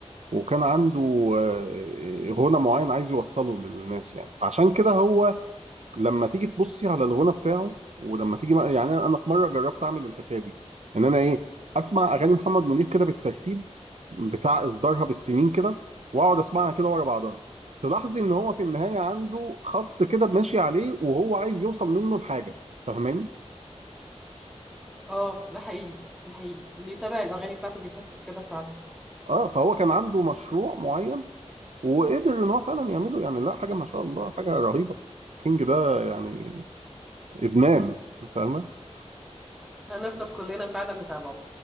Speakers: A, on the right; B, in the centre.
A: وكان عنده آه، آه، غنى معين عايز يوصله للناس يعني فعشان كده هو لما تيجي تبصي على الغنى بتاعه ولما تيجي بقى- يعني انا أنا في مره جربت اعمل الحكايه دي ان انا ايه اسمع اغاني محمد منير كده بالترتيب بتاع اصدارها بالسنين كده واقعد اسمعها كده ورا بعضها تلاحظي ان هو في النهايه عنده خط كده ماشي عليه وهو عايز يوصل منه لحاجه فاهماني
B: اه ده حقيقي ده حقيقي اللي يتابع الأغاني بتاعته بيحس بكده فعلا
A: اه فهو كان عنده مشروع معين وقدر ان هو فعلا يعمله يعني لا حاجه ما شاء الله حاجه رهيبه كينج ده يعني ادمان فاهمه
B: هنفضل كلنا فعلا نتابعه